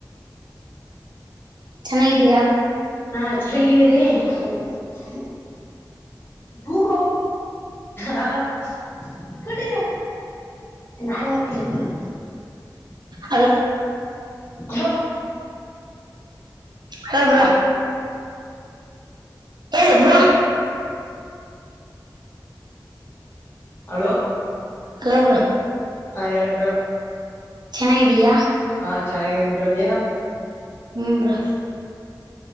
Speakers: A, on the right (about 65°); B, on the left (about 30°).
A: ಚೆನ್ನಾಗಿದೀಯಾ
B: ಹಾ ಚೆನ್ನಾಗಿದ್ದೇನೆ <unintelligible> ೂರ್ ಹೋಗ ಹಲೋ ಇತ್ಕೊಂಡಿದ್ದೆ ನಾನೇ ದತನಿ ಕ
A: ಹಲೋ
B: ಹಲೋ
A: ಹಲೋ ಬ್ರೋ ಹೇಳಿದ್ವಾ
B: ಹಲೋ
A: ಹಲೋ ಬ್ರೋ
B: ಹಾ ಹೇಳ ಬ್ರೋ
A: ಚೆನ್ನಾಗಿದ್ದೀಯಾ
B: ಹಾ ಚೆನ್ನಾಗಿದೀನ್ ಬ್ರೋ ನೀನು
A: ಹ್ಮ್ರ